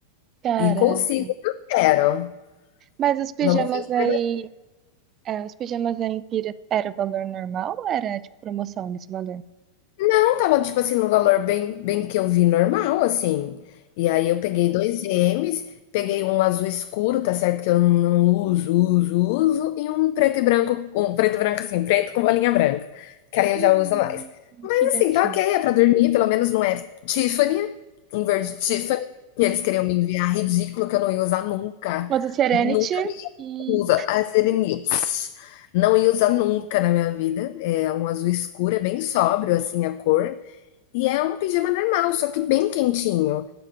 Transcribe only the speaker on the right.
Caraca.
Mas os pijamas
aí. é, os pijamas aí em pira era o valor normal ou era tipo promoção nesse valor?
Hum,
que gatinho.
Mas o Serenity.
hum,